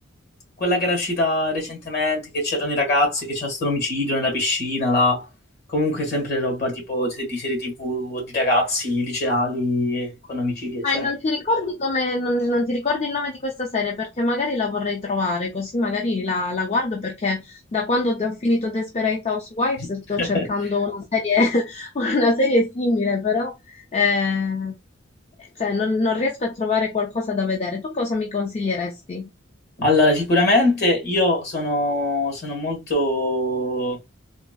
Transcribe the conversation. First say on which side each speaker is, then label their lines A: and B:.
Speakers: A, on the left; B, on the left.
A: quella che era uscita recentemente, che c'erano i ragazzi, che c'era stato l'omicidio nella piscina là, comunque sempre roba tipo se- di serie TV, di ragazzi liceali con omicidi, eccetera.
B: Eh, non ti ricordi come, non, non ti ricordi il nome di questa serie perché magari la vorrei trovare, così magari la, la guardo perché da quando ho finito Desperate Housewives
A: <laughs>
B: sto cercando una serie, <laughs> una serie simile, però eh, cioè, non, non riesco a trovare qualcosa da vedere. Tu cosa mi consiglieresti?
A: Allora, sicuramente io sono, sono molto,